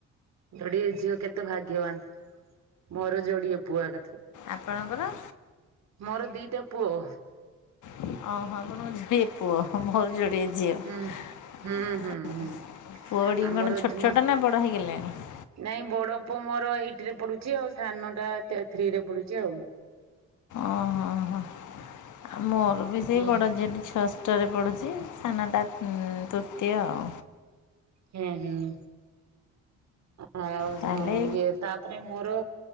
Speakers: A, on the right; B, on the left.
A: ଯୋଡିଏ ଝିଅ କେତେ ଭାଗ୍ୟବାନ ମୋର ଯୋଡିଏ ପୁଅ <inaudible>
B: ଆପଣଙ୍କର?
A: ମୋର ଦିଟା ପୁଅ।
B: ଅ ହ ଆପଣଙ୍କର ଦି ପୁଅ ମୋର ଯୋଡିଏ ଝିଅ।
A: ହୁଁ।
B: ଝିଅ
A: ହୁଁ ହୁଁ ହୁଁ
B: ପୁଅ ଟି
A: ଆମର
B: କଣ ଛୋଟ
A: ମୋ
B: ଛୋଟ ନା ବଡ ହେଇଗଲେଣି?
A: ନାଇଁ ବଡ ପୁଅ ମୋର ଏଇଟ ରେ ପଡୁଛି ଆଉ ସାନ ଟା ଥ୍ରୀରେ ପଡୁଛି ଆଉ।
B: ଓହୋ ହୋ ଆ ମୋର ବି ସେଇ
A: ହୁଁ
B: ବଡ ଝିଅଟି ଛଅ ଷଷ୍ଟରେ ପଡ଼ୁଛି ସାନଟା ତୃତୀୟ ଆଉ।
A: ହୁଁ ହୁଁ। ଆଉ
B: ତା'ହେଲେ
A: ଇଏ ତାପରେ ମୋର